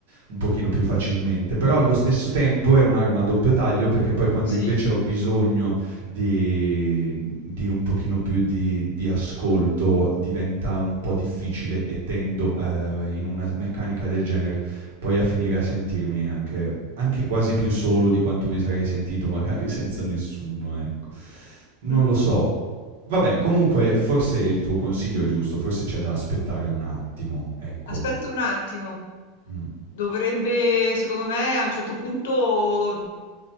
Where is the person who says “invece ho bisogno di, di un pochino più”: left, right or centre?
Right